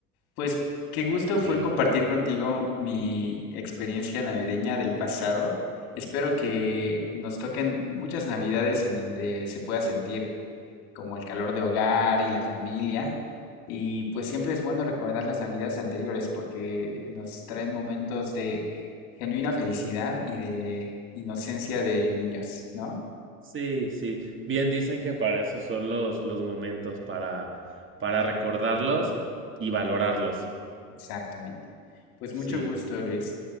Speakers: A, on the left; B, on the right.
A: Pues qué gusto fue
B: Sí.
A: compartir contigo mi experiencia navideña del pasado. Espero que nos toquen muchas navidades en donde se pueda sentir como el calor de hogar y la familia. Y pues siempre es bueno recordar las navidades anteriores porque nos traen momentos de genuina felicidad y de inocencia de niños, ¿no?
B: Sí, sí. Bien dicen que para eso son los, los momentos, para, para recordarlos y valorarlos.
A: Exactamente. Pues
B: Sí.
A: mucho gusto, Luis.